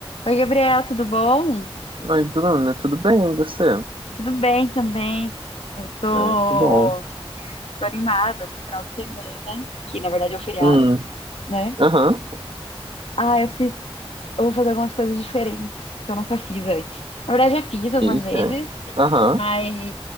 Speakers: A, on the left; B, on the right.
A: Oi, Gabriel, tudo bom?
B: Oi, Bruna, tudo bem? E você?
A: Tudo bem também. Eu tô,
B: Ah, que bom.
A: tô animada pro final de semana, que na verdade é o feriado,
B: Hum,
A: né?
B: aham,
A: Ah, eu fiz, eu vou fazer algumas coisas diferentes que eu nunca fiz antes. Na verdade, já fiz algumas
B: eita,
A: vezes,
B: aham,
A: mas